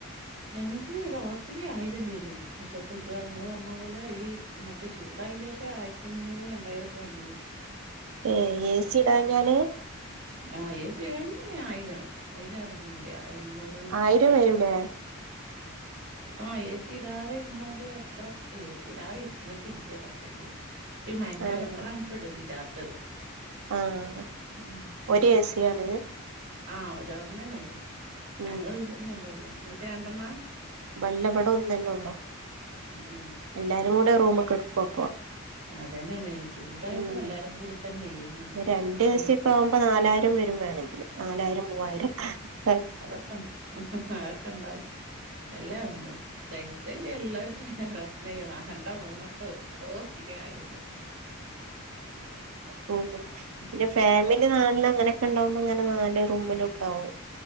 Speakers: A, on the right (about 60°); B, on the right (about 75°).
A: ഞങ്ങൾക്ക് ടോട്ടല് ആയിരം വരും പക്ഷെ ഇപ്പ നിങ്ങള് പറഞ്ഞ പോലെ ഈ മറ്റേ ചൂടായിന് ശേഷം ആയിരത്തി അഞ്ഞൂറും രണ്ടായിരം ഒക്കെ വന്നിനു
B: ഏഹ് A C ഇടാഞ്ഞാല്
A: ah A C ഇടാഞ്ഞു തന്നെ ആയിരം അതില് വേറെ ഒന്നും ഇല്ല എണ്ണൂറ്
B: ആയിരം വരും ഇല്ലെ
A: ആഹ് ഏ സി ഇടാതെ ഇരുന്നാല് അത്ര ഏ സി ഇടാതെ ഇരുന്നിട്ടില്ല സത്യത്തില് ഇ മയക്കാലം
B: ആഹ്
A: ഇപ്പളാണ് ഇപ്പ ഇടാത്തത്
B: ആഹ്
A: ഉം
B: ഒരു ഏ സി ആണ്
A: ആ ഒന്ന് തന്നെ ഉള്ളു
B: ഉം
A: ഞങ്ങള്ന്നല്ലേ ഉള്ളു നിങ്ങൾക്ക് രണ്ടെണ്ണ
B: ഇല്ല ഇവിടെ ഒന്ന് തന്നെ ഉള്ളൂ
A: ഉം.
B: എല്ലാരും കൂടെ ഒരു റൂമി കെടക്കും അപ്പൊ
A: അതന്നെയാണ് ചൂടായിരുന്നു
B: ഉം
A: എല്ലാരും കൂടി തന്നെയായിരുന്നു.
B: രണ്ട് ഏ
A: ഉം.
B: സി ക്കെ ആവുമ്പോ നാലായിരം വരും വേണങ്കില് നാലായിരം മൂവായിരം ഒക്കെ
A: അതൊക്കെ അതൊക്കെ ഉണ്ടാവും എല്ലാ ഒന്ന് പൈസ ഇള്ളോർക്ക് <unintelligible> പിന്നെ പ്രശ്നം ഇല്ല രണ്ടോ മൂന്നൊക്കെ വയ്ക്കാം നോക്കിട്ട് കാര്യല്ല
B: റൂമും
A: ഉം
B: പിന്നെ ഫാമിലി നാലിൽ അങ്ങനെക്കെ ഇണ്ടാവുമ്പോ അങ്ങനെ നാല് റൂമിലുണ്ടാവും.